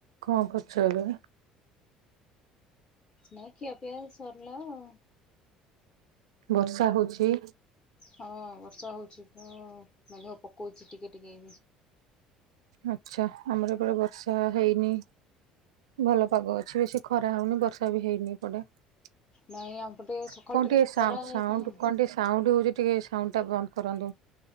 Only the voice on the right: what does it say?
କଣ କରୁଛ ଏବେ?
ବର୍ଷା ହଉଚଛି।
ଆଛା, ଆମର ଏବେ ବର୍ଷା ହେଇନି ଭଲ ପାଗ ଅଛି, ବେଶୀ ଖରା ହଉନି ବର୍ଷା ବି ହେଇନିଏ ପଡେ କଣ
ଟିକେ
ସାଉ,
ସାଉଣ୍ଡ କଣ ଟିକେ ସାଉଣ୍ଡ ହଉଛି। ଟିକେ ସାଉଣ୍ଡ ଟା ବନ୍ଦ କରନ୍ତୁ।